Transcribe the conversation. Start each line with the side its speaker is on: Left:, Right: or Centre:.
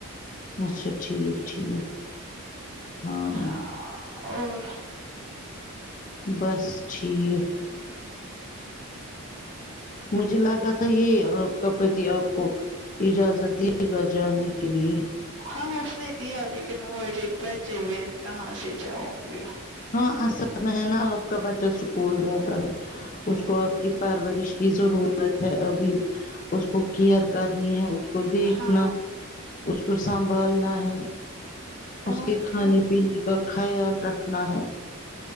Left: اچھا ٹھیک ٹھیک ہاں
Right: ہاں اور
Left: بس ٹھیک مجھے لگا تھا یہی آپ کا پتی آپ کو اجازت دے گا جانے کے لیے
Right: ہاں اس نے دیا لیکن مجھے پچے بھی ہیں کہاں سے جاؤں گی
Left: ہاں اصل میں ہے نا آپ کا بچہ اسکول رہتا ہے
Right: ہوں،
Left: اس کو آپ کی پرورش کی ضرور ضورت ہے ابھی اس کو کیئر کرنی ہے اس کو دیکھنا
Right: ہاں
Left: اس کو سنبھالنا ہے اس
Right: اور
Left: کے کھانے
Right: کیا
Left: پینے کا خیال رکھ نا ہے